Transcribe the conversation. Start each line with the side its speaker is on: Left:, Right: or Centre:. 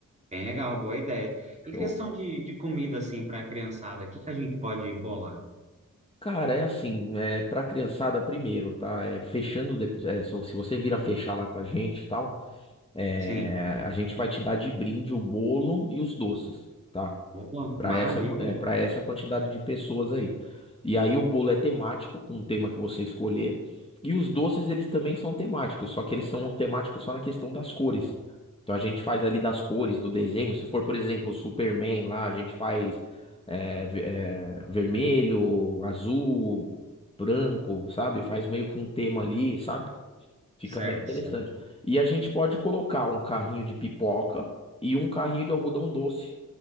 Right: bem legal, boa ideia. E
Left: Show.
Right: questão de, de comida, assim, para a criançada, o que que a gente pode bolar?
Left: Cara, é assim, é pra criançada primeiro, tá? É, fechando depois, é, se, se você vir a fechar lá com a gente e tal, é,
Right: Sim,
Left: a gente vai te dar de brinde o bolo e os doces. tá
Right: boa,
Left: para
Right: maravilha.
Left: essa, é, para essa quantidade de pessoas aí. E aí o bolo é temático, com um tema que você escolher. E os doces, eles também são temáticos, só que eles são temáticos só na questão das cores. Então a gente faz ali das cores, do desenho. Se for, por exemplo, o Superman lá, a gente faz é, ve- é, vermelho, azul, branco, sabe? Faz meio que um tema ali, sabe? Fica
Right: Certo,
Left: bem interessante.
Right: certo.
Left: E a gente pode colocar um carrinho de pipoca e um carrinho de algodão doce